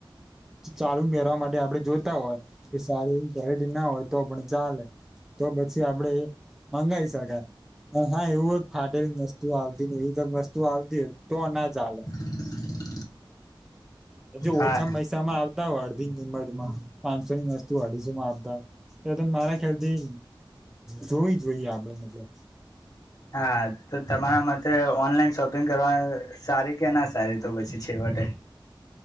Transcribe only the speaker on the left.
<inaudible>
હા
હા તો તમારા મતે ઓનલાઈન શોપિંગ કરવા સારી કે ના સારી તો પછી છેવટે.